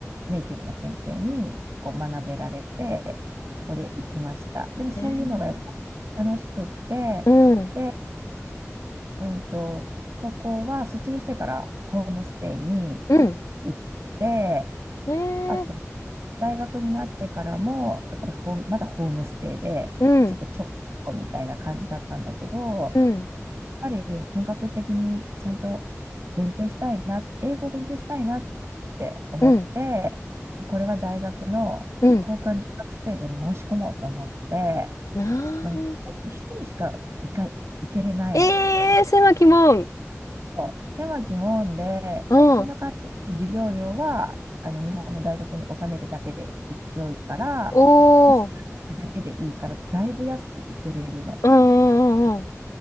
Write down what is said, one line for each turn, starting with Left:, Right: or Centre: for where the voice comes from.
Right: うネイティブの先生にこう学べられて、そこで行きました。でもそういうのがやっ
Left: ね
Right: ぱ楽しくって、
Left: うん。
Right: で、うんと、高校は卒業してからホームステイに
Left: うん。
Right: 行って、
Left: ね
Right: あと、
Left: え。
Right: 大学になってからも、やっぱりホームまだホームステイで、
Left: うん。
Right: ちょっとちょこちょこみたいな感じだったんだけど、
Left: うん。
Right: やっぱり本格的にちゃんと勉強したいな、英語を勉強したいなって思って、
Left: うん。
Right: これは大学の交換留学制度に申し込もうと思って、
Left: うん。ああ。
Right: でもそれって一人しか行か、行けれないの。
Left: ええー、狭き門。
Right: そう狭き門で、
Left: うん。
Right: でもその代わり授業料はあの日本の大学に納めるだけで良いから、
Left: お
Right: もう少し
Left: お。
Right: だけでいいから、だいぶ安くいけれるの。
Left: うんうん